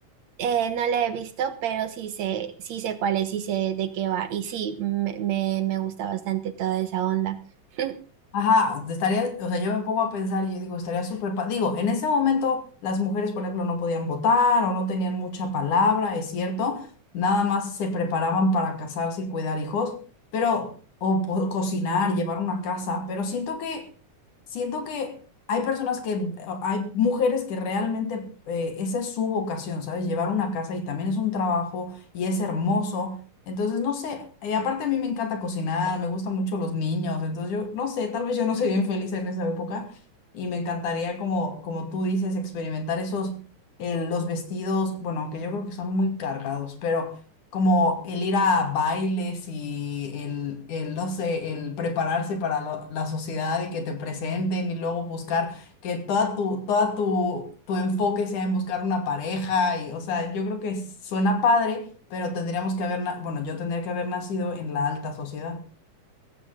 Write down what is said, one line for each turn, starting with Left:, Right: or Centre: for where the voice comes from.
Right: Eh, no la he visto, pero sí sé, sí sé cuál es, sí sé de qué va. Y sí, me, me, me gusta bastante toda esa onda. <laughs>
Left: Ajá, estaría, o sea, yo me pongo a pensar y yo digo, estaría súper, pa- digo, en ese momento las mujeres, por ejemplo, no podían votar o no tenían mucha palabra, es cierto, nada más se preparaban para casarse y cuidar hijos, pero, o, po- cocinar, llevar una casa, pero siento que, siento que hay personas que, eh, hay mujeres que realmente eh, esa es su vocación, ¿sabes? Llevar una casa y también es un trabajo y es hermoso. Entonces, no sé, y aparte a mí me encanta cocinar, me gustan mucho los niños, entonces yo no sé, tal vez yo no soy bien feliz en esa época y me encantaría, como, como tú dices, experimentar esos, eh, los vestidos, bueno, aunque yo creo que son muy cargados, pero como el ir a bailes y el, el, no sé, el prepararse para lo- la sociedad y que te presenten y luego buscar que toda tu, toda tu, tu enfoque sea en buscar una pareja y, o sea, yo creo que suena padre pero tendríamos que haber, na- bueno, yo tendría que haber nacido en la alta sociedad.